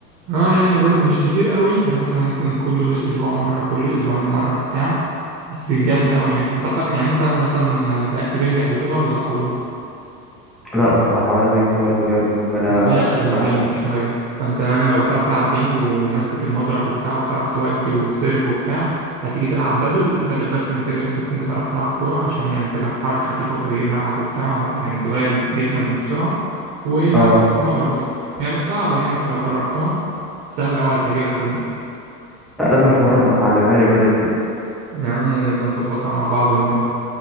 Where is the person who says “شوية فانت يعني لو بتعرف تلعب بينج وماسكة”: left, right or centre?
Right